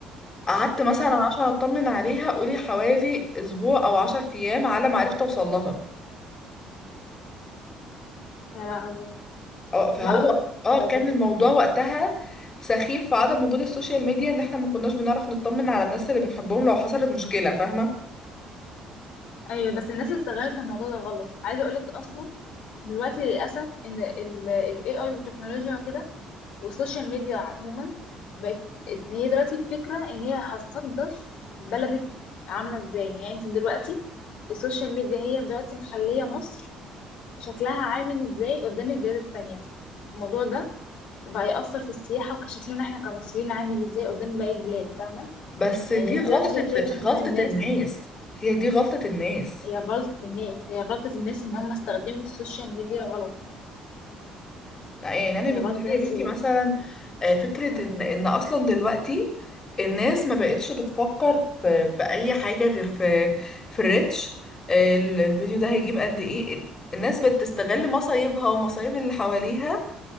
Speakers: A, on the left; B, on the left.
A: قعدت مثلا
B: مم.
A: عشان اطمن عليها قولي حوالي اسبوع او عشر ايام على ما عرفت اوصل لها
B: يا لهوي
A: أه، فهو
B: لا
A: اه
B: ده ده-
A: كان الموضوع وقتها سخيف في عدم وجود السوشيال ميديا ان احنا ما كناش بنعرف نطمن على الناس اللي بنحبهم لو حصلت مشكلة فاهمة
B: ايوه بس الناس استغلت الموضوع ده غلط عايزه اقول لك اصلا دلوقتي للاسف ان ال ال AI والتكنولوجيا كده والسوشيال ميديا عموما بقت إن هي دلوقتي الفكره ان هي هتصدر بلدك عامله ازاي يعني انت دلوقتي السوشيال ميديا هي دلوقتي مخليه مصر شكلها عامل ازاي قدام البلاد التانيه الموضوع ده وبقى يأثر في السياحة وكشكلنا احنا كمصريين عامل ازاي قدام باقي البلاد فاهمة
A: بس دي
B: يعني انت
A: غلطة
B: دلوقتي شا- شايفة مثلا
A: غلطة
B: الناس
A: الناس هي دي غلطة الناس
B: هي غلطة الناس هي غلطة الناس ان هم استخدموا السوشيال ميديا غلط
A: لا يعني انا
B: هي
A: بالنسبه
B: غلطة الناس
A: لي يا بنتي
B: و...
A: مثلا آه، فكره
B: مم.
A: ان ان اصلا دلوقتي الناس ما بقتش بتفكر في في اي حاجه غير في في الريتش آه، ال- الفيديو ده هيجيب قد ايه الناس بتستغل مصايبها ومصايب اللي حواليها